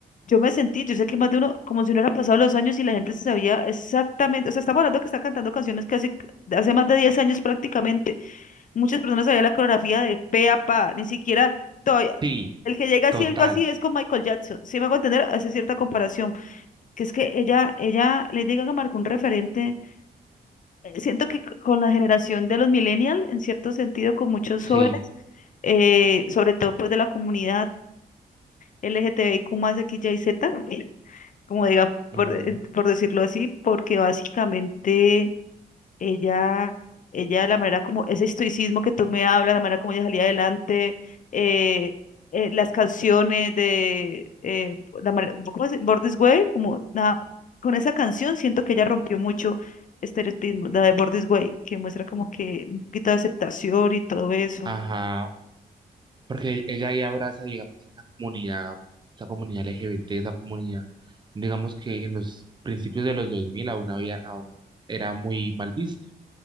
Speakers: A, on the left (about 50°); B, on the right (about 25°).
A: yo me sentí, yo sé que más de uno, como si no hubieran pasado los años y la gente se sabía exactamente, o sea, estamos hablando que está cantando canciones que hace, hace más de 10 años prácticamente, muchas personas sabían la coreografía de pe a pa, ni siquiera todavía,
B: Sí,
A: el que llega así,
B: total.
A: algo así, es con Michael Jackson, si me hago entender, hace cierta comparación, que es que ella, ella, le diga que marcó un referente, eh, siento que c- con la generación de los millennials, en cierto sentido, con muchos
B: Sí.
A: jóvenes, eh, sobre todo pues de la comunidad LGTBIQ más XYZ, como diga, por,
B: ujú,
A: eh, por decirlo así, porque básicamente ella, ella, la manera como, ese estoicismo que tú me hablas, la manera como ella salía adelante, eh, eh, las canciones de, eh, la manera, ¿cómo se dice? Born This Way? Como, nada, con esa canción siento que ella rompió mucho este estereotipo, la de Born This Way, que muestra como que un poquito de aceptación y todo eso.
B: Ajá. Porque ella ahí abraza, digamos, esa comunidad, esa comunidad LGBT, esa comunidad, digamos que en los principios de los 2000 aún había, aún era muy mal vista